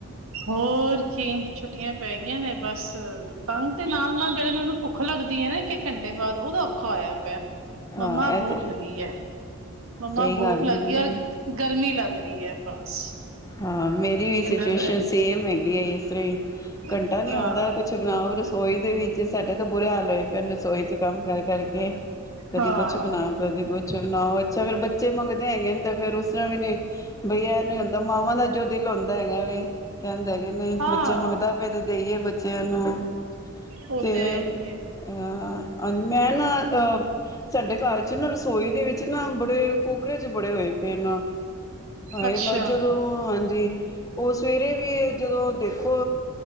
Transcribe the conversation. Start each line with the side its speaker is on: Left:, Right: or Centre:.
Right: ਹੋਰ ਕੀ ਛੁੱਟੀਆਂ ਪੈ ਗਈਆਂ ਨੇ ਬਸ ਤੰਗ ਤੇ ਨਾਲ ਜਿਹੜੇ ਨੇ ਉਹ ਨੂੰ ਭੁੱਖ ਲੱਗਦੀ ਹੈ ਨਾ ਇੱਕ ਇੱਕ ਘੰਟੇ ਬਾਅਦ ਉਹਦਾ ਔਖਾ ਹੋਇਆ ਪਿਆ
Left: ਹਾਂ
Right: ਮੰਮਾ
Left: ਇਹ
Right: ਭੂਖ
Left: ਤੇ
Right: ਲਗੀ ਹੈ ਮੰਮਾ
Left: ਸਹੀ
Right: ਭੂਖ
Left: ਗੱਲ
Right: ਲੱਗੀ
Left: ਹੈਗੀ
Right: ਔਰ
Left: ਹੈ।
Right: ਗਰਮੀ ਲੱਗ ਕਰਰੀ ਹੈ ਬਸ
Left: ਹਾਂ ਮੇਰੀ ਵੀ
Right: ਇਹਨਾਂ
Left: ਸਿਚੁਏਸ਼ਨ
Right: ਦਾ ਹੈ।
Left: ਸੇਮ ਹੈਗੀ ਆ ਇਸ ਤਰ੍ਹਾਂ ਹੀ
Right: ਹਾਂ,
Left: ਘੰਟਾ ਨੀ ਹੁੰਦਾ ਕੁਛ ਬਣਾਓ ਰੋਈ ਦੇ ਵਿੱਚ ਸਾਡੇ ਤਾਂ ਬੁਰੇ ਹਾਲ ਹੋਏ ਭੈ ਰਸੋਈ 'ਚ ਕੰਮ ਕਰ ਕਰਕੇ ਕਦੇ
Right: ਹਾਂ,
Left: ਕੁਛ ਬਣਾਓ ਕਦੇ ਕੁਛ ਅੱਛ ਬਣਾਓ ਅੱਛਾ ਫੇਿਰ ਬੱਚੇ ਮੰਗਦੇ ਹੈਗੇ ਨੇ ਤੇ ਫੇਰ ਉਸ ਤਰ੍ਹਾਂ ਵੀ ਨ ਬਈ ਇਹ ਨੀ ਮਾਂਵਾਂ ਦਾ ਜੋ ਦਿਲ ਹੁੰਦਾ ਹੈਗਾ ਵੀ ਕਹਿੰ ਹੈਗ ਨੇ
Right: ਹਾਂ।
Left: ਬੱਚਾ ਮੰਗਦਾ ਪਏ ਤੇ ਦੇਈਏ ਜਨੂੰ
Right: ਉਹ
Left: ਤੇ
Right: ਹੈ ਹੀ ਹੈ,
Left: ਹਾਂਜੀ ਮੈਂ ਨਾ ਅਹ ਸਾਡੇ ਘਰ ਚ ਨਾ ਰਸੋਈ ਦੇ ਵਿੱਚ ਨਾ ਬੜੇ ਕੋਕਰੇਜ ਬੜੇ ਹੋਏ ਪਏ ਨਾ ਹਾਂ ਇਹ
Right: ਅੱਛਾ,
Left: ਬ ਜਦੋਂ ਹਾਂਜੀ ਉਹ ਸਵੇਰੇ ਵੀ ਜਦੋਂ ਦੇਖੋ